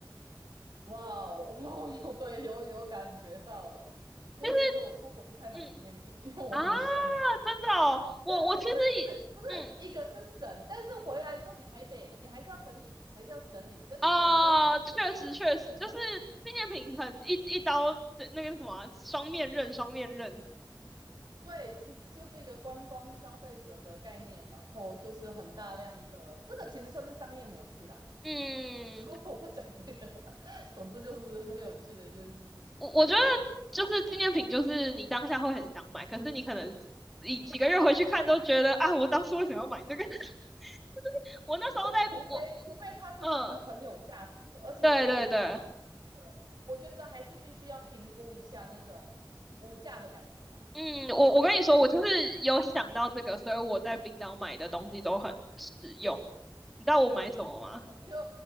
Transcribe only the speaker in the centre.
其实嗯
啊，
真的哦，我我其实以嗯
啊，确实确实就是纪念品很一一刀。
那那个什么啊双面刃，双面刃，
嗯，
我我觉得就是纪念品，就是你当下会很想买，可是你可能你几个月回去看都觉得啊，
我当初为什么要买这个？<laughs> 我那时候在我
嗯，
对对对，
嗯，我我跟你说，
我就是有想到这个，所以我在冰岛买的东西都很实用。你知道我买什么吗？